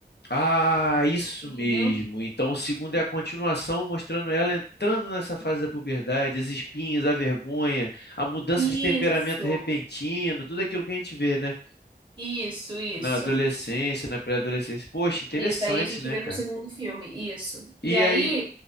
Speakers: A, on the left; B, on the right.
A: Ah, isso
B: entendeu?
A: mesmo. Então o segundo é a continuação, mostrando ela entrando nessa fase da puberdade, as espinhas, a vergonha, a mudança
B: Isso,
A: de temperamento repentino, tudo aquilo que a gente vê, né?
B: isso, isso.
A: Na adolescência, na pré-adolescência. Poxa, interessante,
B: Isso, aí a gente
A: né,
B: vê
A: cara?
B: no segundo filme, isso. E
A: E
B: aí,
A: aí,